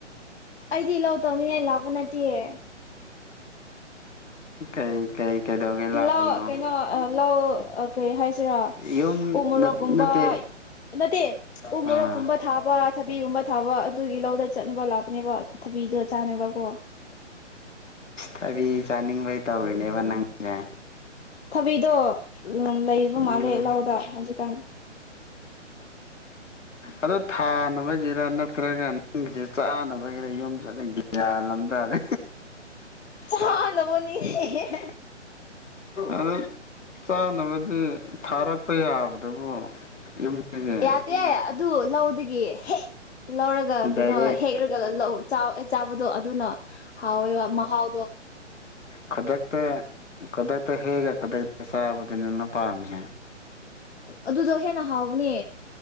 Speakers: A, on the left (about 55°); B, on the left (about 75°).
A: ꯑꯩꯗꯤ ꯂꯧ ꯇꯧꯅꯤꯡꯉꯥꯏ ꯂꯥꯛꯄ ꯅꯠꯇꯦꯌꯦ
B: ꯀꯩ ꯀꯩꯗꯧꯒꯦ ꯀꯩ ꯂꯥꯛꯄꯅꯣ
A: ꯂꯧ ꯀꯩꯅꯣ ꯂ ꯀꯩ ꯍꯥꯏꯁꯤꯔꯥ
B: ꯌꯨꯝ
A: ꯎꯃꯣꯔꯣꯛꯒꯨꯝꯕ
B: ꯅꯠꯇꯦ
A: ꯅꯠꯇꯦ ꯎ
B: ꯑꯥ
A: ꯃꯣꯔꯣꯛꯀꯨꯝꯕ ꯊꯥꯕ ꯊꯕꯤꯒꯨꯝꯕ ꯊꯥꯕ ꯑꯗꯨꯒꯤ ꯂꯧꯗ ꯆꯠꯅꯕ ꯂꯥꯛꯄꯅꯦꯕ ꯊꯕꯤꯁꯨ ꯆꯥꯅꯕꯀꯣ
B: ꯊꯕꯤ ꯆꯥꯅꯤꯡꯕꯩ ꯇꯧꯔꯤꯅꯦꯕ ꯅꯪꯁꯦ
A: ꯊꯕꯤꯗꯣ ꯂꯩꯕ
B: ꯎꯝ
A: ꯃꯥꯜꯂꯦ ꯂꯥꯎꯗ ꯍꯧꯖꯤꯛꯀꯥꯟ
B: ꯑꯗ ꯊꯥꯅꯕꯒꯤꯔ ꯅ ꯅꯠꯇ꯭ꯔꯒ ꯅꯪꯒꯤꯁꯦ ꯆꯥꯅꯕꯒꯤꯔ ꯌꯨꯝ ꯆꯠꯂꯤꯁꯦ ꯒꯌꯥꯟ ꯑꯃ ꯇꯥꯗꯦ
A: ꯆꯥꯅꯕꯅꯤ ꯅꯦ ꯍꯦꯍꯦ
B: ꯑꯗ ꯆꯥꯅꯕꯗꯤ ꯊꯥꯔꯛꯄ ꯌꯥꯕꯗꯨꯕꯨ ꯌꯨꯝꯗꯒꯤ
A: ꯌꯥꯗꯦ ꯑꯗꯨ ꯂꯧꯗꯒꯤ ꯍꯦꯛ ꯂꯧꯔꯒ ꯀꯩꯅꯣ
B: ꯗꯥꯏꯔꯦꯛ
A: ꯍꯦꯛꯂꯒ ꯂꯧ ꯆꯥ ꯆꯥꯕꯗꯣ ꯑꯗꯨꯅ ꯍꯥꯎꯋꯦꯕ ꯃꯍꯥꯎ
B: ꯈꯨꯗꯛꯇ ꯇ ꯈꯨꯗꯛꯇ ꯍꯦꯛꯂꯒ ꯆꯥꯕꯗꯨꯅꯦꯕ ꯅꯪ ꯄꯥꯝꯃꯤꯁ
A: ꯑꯗꯨꯗꯣ ꯍꯦꯟꯅ ꯍꯥꯎꯕꯅꯦ